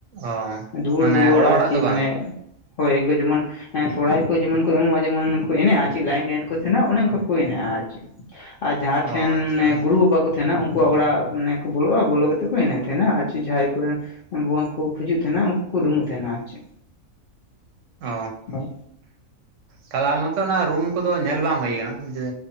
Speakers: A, on the right (about 70°); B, on the left (about 65°).
A: ᱚ
B: ᱫᱩᱣᱟᱹᱨ
A: ᱢᱟᱱᱮ
B: ᱫᱩᱣᱟᱹᱨ
A: ᱚᱲᱟᱜ
B: ᱟᱨ
A: ᱚᱲᱟᱜ
B: ᱪᱮᱫ
A: ᱫᱚ
B: ᱢᱟᱱᱮ
A: ᱵᱟᱝ
B: ᱦᱳᱭ ᱮᱠᱵᱟᱨᱮ ᱡᱮᱢᱚᱱ, ᱦᱮᱸ ᱥᱚᱨᱦᱟᱭ ᱠᱚ ᱡᱮᱢᱚᱱ ᱠᱚ ᱮᱢᱚᱜ-ᱟ ᱡᱮᱢᱚᱱ ᱠᱚ ᱮᱱᱮᱡ-ᱟ ᱪᱮᱫ ᱞᱟᱭᱤᱱ ᱞᱟᱭᱤᱱ ᱠᱚ ᱛᱷᱮᱱᱟ ᱚᱱᱮ ᱚᱱᱠᱟ ᱠᱚ ᱮᱱᱮᱡ-ᱟ ᱟᱨ ᱪᱮᱫ᱾ ᱟᱨ ᱡᱟᱦᱟᱸ
A: ᱚ
B: ᱴᱷᱮᱱ
A: ᱟᱪᱪᱷᱟ
B: ᱢᱟᱱᱮ ᱜᱩᱨᱩ ᱵᱟᱵᱟ ᱠᱚ ᱛᱷᱮᱱᱟ ᱩᱱᱠᱩᱣᱟᱜ ᱚᱲᱟᱜ ᱢᱟᱱᱮ ᱠᱚ ᱵᱚᱞᱚᱜ-ᱟ ᱵᱚᱞᱚ ᱠᱟᱛᱮᱫ ᱠᱚ ᱮᱱᱮᱡ ᱛᱷᱟᱮᱸᱱᱟ ᱟᱨ ᱪᱮᱫ ᱡᱟᱦᱟᱸᱭ ᱠᱚᱨᱮᱱ ᱵᱚᱸᱜᱟ ᱠᱚ ᱦᱤᱡᱩᱜ ᱛᱷᱮᱱᱟ ᱩᱱᱠᱩ ᱠᱚ ᱨᱩᱢᱩᱜ ᱛᱷᱮᱸᱱᱟ ᱟᱨ ᱪᱮᱫ᱾
A: ᱚ
B: ᱦᱳᱭ
A: ᱛᱟᱦᱞᱮ ᱟᱞᱮ ᱱᱚᱛᱮ ᱚᱱᱟ ᱨᱩᱢ ᱠᱚᱫᱚ ᱧᱮᱞ ᱵᱟᱝ ᱦᱩᱭ ᱠᱟᱱᱟ ᱡᱮ